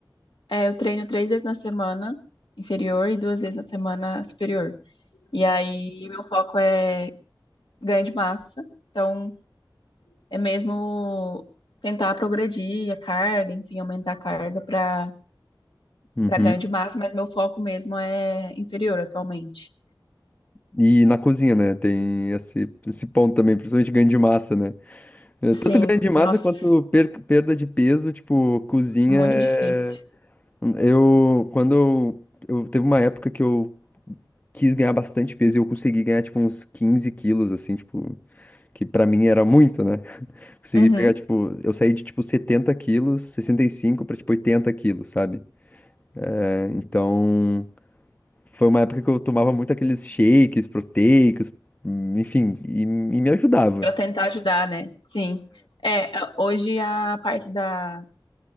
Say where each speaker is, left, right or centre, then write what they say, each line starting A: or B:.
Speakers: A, on the left; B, on the left.
A: É, eu treino três vezes na semana inferior e duas vezes na semana superior. E aí, meu foco é ganho de massa. Então, é mesmo tentar progredir a carga, enfim, aumentar a carga para
B: Uhum.
A: para ganho de massa, mas meu foco mesmo é inferior atualmente.
B: E na cozinha, né? Tem esse, esse ponto também, principalmente ganho de massa, né? É,
A: Sim,
B: Tanto ganho de massa
A: nossa,
B: quanto per- perda de peso, tipo, cozinha
A: muito
B: é.
A: difícil.
B: Eu. Quando eu, eu. Teve uma época que eu quis ganhar bastante peso e eu consegui ganhar, tipo, uns 15 quilos, assim, tipo. Que pra mim era muito, né? Consegui
A: Uhum.
B: pegar, tipo. Eu saí de, tipo, 70 quilos, 65 pra, tipo, 80 quilos, sabe? É, então. Foi uma época que eu tomava muito aqueles shakes proteicos, hum, enfim, e e me ajudava.
A: Para tentar ajudar, né? Sim. É, a- hoje a parte da,